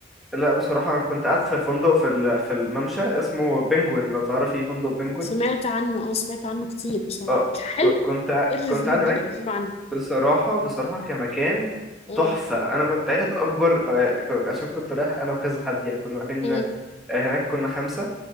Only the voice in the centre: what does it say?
لا بصراحه انا كنت قاعد في فندق في ال- في الممشى اسمه بنجوين لو تعرفي فندق بنجوين
اه
ك- كنت قاعد-
كنت قاعد
هناك
بصراحة بصراحة كمكان
تحفة أنا كنت أخد أكبر آه، ك- عشان كنت رايح أنا وكذا حد يعني كنا رايحين
آه، هناك كنا خمسة